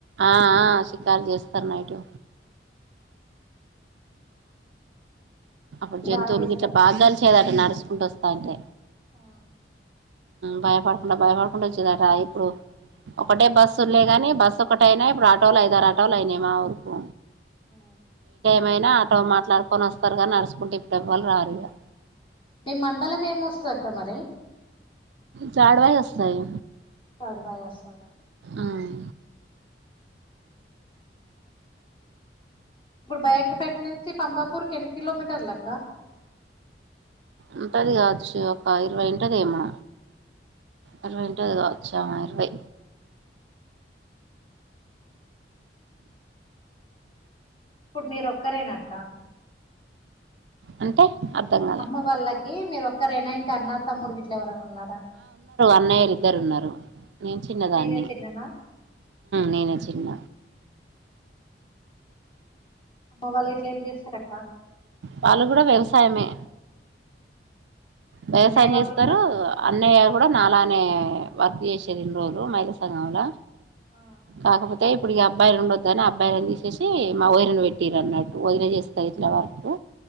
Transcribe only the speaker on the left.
బాగా చేస్తారు
ఆ
హ
మీ మండలం ఏమి వస్తుంది అక్క మరి
చడబాయ వస్తాద
ఇప్పుడు బయకపేట నుంచి పంబాపూర్ కి ఎన్ని కిలోమీటర్లలక్క
ఇప్పుడు మీరు ఒక్కరేనక్క
అమ్మ వాళ్ళకి మీరు ఒక్కరేన ఇంక అన్న తమ్ముడికి గిట్ల ఎవరైన ఉన్నార
మీరే చిన్ననా
అమ్మ వాళ్ళ ఇట్ల ఏం చేస్తారక్క
అన్నయ్య వాళ్ళు
గిట్లా
ఆ